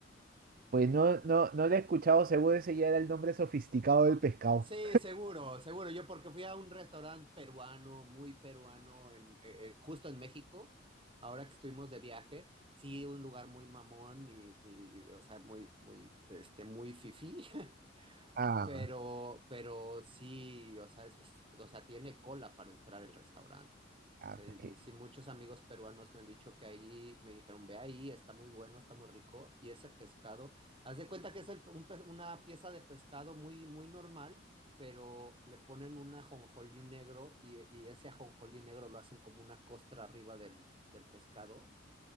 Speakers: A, on the right; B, on the right.
A: pues no, no, no le he escuchado, seguro ese ya era el nombre sofisticado del pescado.
B: Sí, seguro, seguro. Yo porque fui a un restaurante peruano, muy peruano, en, eh, eh, justo en México, ahora que estuvimos de viaje, sí, un lugar muy mamón y, y, o sea, muy, muy, este, muy fifí, <laughs>
A: Ah,
B: pero, pero sí, o sea, es- es- o sea, tiene cola para entrar el restaurante.
A: ah,
B: Sí, y
A: pues que-
B: sí, muchos amigos peruanos me han dicho que ahí, me dijeron, ve ahí, está muy bueno, está muy rico. Y ese pescado, haz de cuenta que es el- un pez- una pieza de pescado muy, muy normal, pero le ponen un ajonjolí negro y, y ese ajonjolí negro lo hacen como una costra arriba del, del pescado.